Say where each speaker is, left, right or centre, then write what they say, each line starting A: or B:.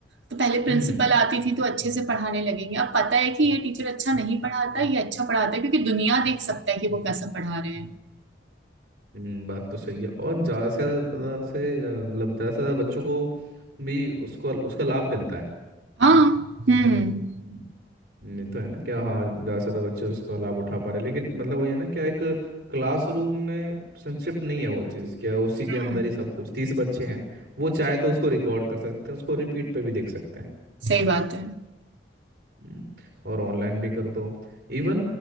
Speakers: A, on the right; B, on the right.
A: तो पहले प्रिंसिपल
B: हम्म
A: आती थी तो अच्छे से पढ़ाने लगेंगे अब पता है कि ये टीचर अच्छा नहीं पढ़ाता ये अच्छा पढ़ाता है क्योंकि दुनिया देख सकता है कि वो कैसा पढ़ा रहे हैं
B: हम्म, बात तो सही है और ज़्यादा से ज़्यादा से अ, मतलब ज़्यादा से ज़्यादा बच्चों को भी उसको उसका लाभ मिलता है
A: हाँ हम्म
B: हम्म, ये तो है ना क्या हाँ ज़्यादा से ज़्यादा बच्चे उसका लाभ उठा पा रहे हैं। लेकिन मतलब वही है ना क्या एक क्लासरूम में संक्षिप्त नहीं है वो चीज़ क्या उसी के
A: हम्म,
B: अंदर ही सब कुछ तीस बच्चे हैं वो चाहे तो उसको रिकॉर्ड कर सकते हैं उसको रिपीट पे भी देख सकते हैं
A: सही बात है
B: हम्म, और ऑनलाइन भी कर दो इवन